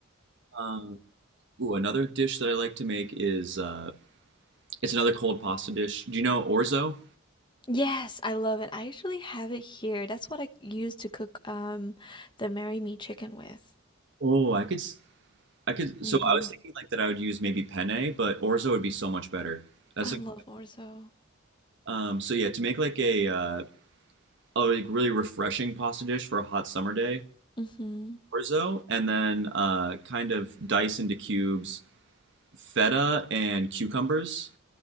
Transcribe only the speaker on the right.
Um, Ooh, another dish that I like to make is uh, it's another cold pasta dish. Do you know orzo?
Oh, I could, s- I could.
So I was thinking like that I would use maybe penne, but orzo would be so much better. That's
like,
um. So yeah, to make like a uh, a like, really refreshing pasta dish for a hot summer day,
orzo, and then uh, kind of dice into cubes feta and cucumbers,